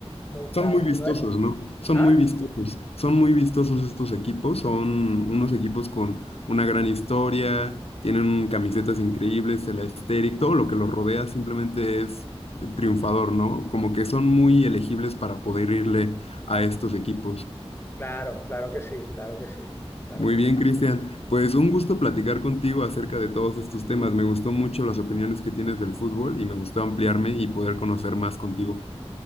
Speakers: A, on the left; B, on the left.
A: me gustaban.
B: son muy vistosos,
A: Si no es-
B: ¿no? Son
A: ah,
B: muy vistosos, son muy vistosos estos equipos, son unos equipos con una gran historia, tienen camisetas increíbles, el aesthetic, todo lo que los rodea simplemente es triunfador, ¿no? Como que son muy elegibles para poder irle a estos equipos.
A: claro, claro que sí, claro que sí, claro
B: Muy
A: que
B: bien,
A: sí.
B: Cristian. Pues un gusto platicar contigo acerca de todos estos temas. Me gustó mucho las opiniones que tienes del fútbol y me gustó ampliarme y poder conocer más contigo.